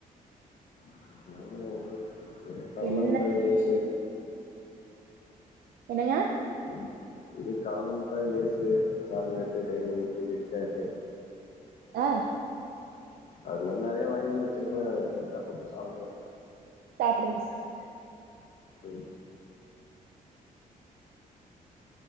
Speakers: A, on the left (about 60°); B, on the right (about 80°).
A: <inaudible> <inaudible>
B: என்ன என்னங்க
A: ம் இது கடலமிட்டாய் லேசு சாக்லேட்டு டைரி மிக்கு கிட்கெட்டு
B: அ
A: அது மாரி நெறைய வாய்ன்ட்டு வந்து வச்சிருக்கோங்க அத எட்த் எட்த்து அப்பப்போ சாப்புடுவே
B: சாப்புடுங்க சாப்புடுங்க
A: ஒ